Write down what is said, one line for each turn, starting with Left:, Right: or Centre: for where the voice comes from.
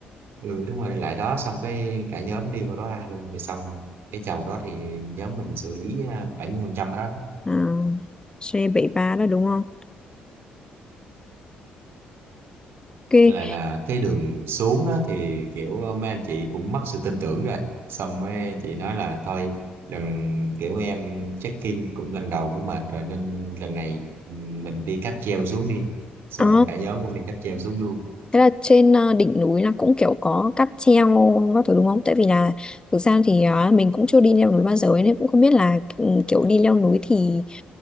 Right: ừ đúng rồi lại đó xong cái cả nhóm đi qua đó ăn luôn rồi xong cái chầu đó thì nhóm mình xử lý à, 70 phần trăm đó
Left: à, c ba đó đúng không ok
Right: Với lại là cái đường xuống á, thì kiểu ờ, mấy anh chị cũng mất sự tin tưởng rồi xong mấy anh chị nói là thôi lần kiểu em check-in cũng lần đầu cũng mệt rồi nên lần này ừ, mình đi cáp treo xuống đi xong
Left: À,
Right: cả nhóm cũng đi cáp treo xuống luôn
Left: Thế là trên ờ, đỉnh núi là cũng kiểu có cáp treo các thứ đúng không? Tại vì là thực ra thì ờ, mình cũng chưa đi leo núi bao giờ ấy, nên cũng không biết là ừ, kiểu đi leo núi thì